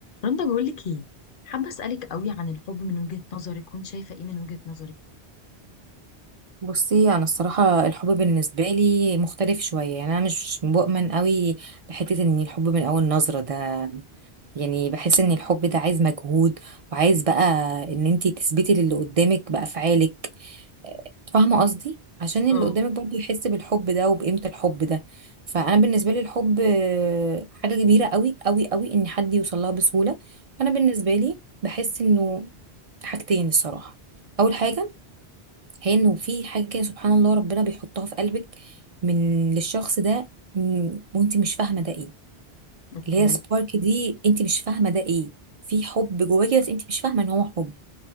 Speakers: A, on the left (about 60°); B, on the right (about 55°).
A: رندا بقول لك ايه حابه اسالك قوي عن الحب من وجهة نظرك وانت شايفه ايه من وجهة نظرك
B: بصي انا الصراحه الحب بالنسبه لي مختلف شويه يعني انا مش بؤمن قوي بحته ان الحب من اول نظره ده يعني بحس ان الحب ده عايز مجهود وعايز بقى ان انتي تثبتي للي قدامك بافعالك فاهمه قصدي عشان اللي
A: اه
B: قدامك برضه يحس بالحب ده وبقيمه الحب ده فانا بالنسبه لي الحب آه، حاجه كبيره قوي قوي قوي ان حد يوصل لها بسهوله انا بالنسبه لي بحس انه حاجتين الصراحه اول حاجه هي انه في حاجه كده سبحان الله ربنا بيحطها في قلبك من للشخص ده م- وانت مش فاهمه ده ايه
A: اوكي
B: اللي هي سبارك دي انت مش فاهمه ده ايه في حب جواكي بس انت مش فاهمه ان هو حب